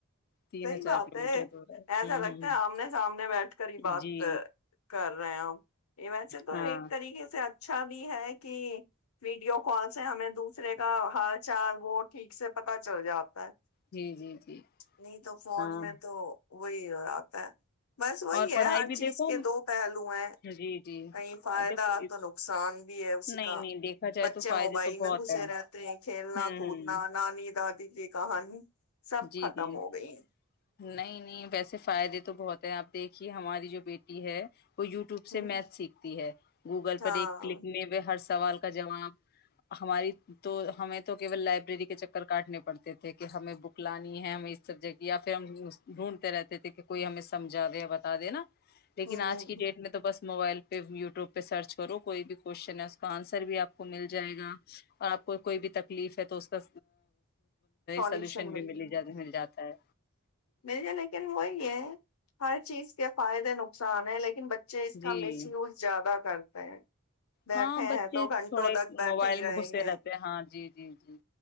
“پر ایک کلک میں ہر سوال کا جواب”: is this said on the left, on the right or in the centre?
Left